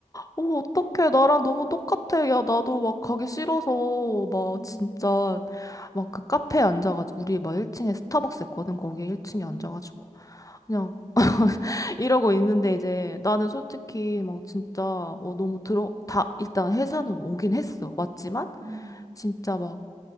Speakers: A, on the left; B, on the right.
A: 어, 어떡해. 나랑 너무 똑같아. 야, 나도 막 가기 싫어서, 막
B: 음,
A: 진짜, 막 그 카페에 앉아가지고, 우리 막 1층에 스타벅스 했거든. 거기에 1층에 앉아가지고.
B: 음.
A: 그냥 이러고 있는데 이제 나는 솔직히 막 진짜, 어, 너무 들어, 다, 일단 회사는 오긴 했어. 왔지만,
B: 음,
A: 진짜 막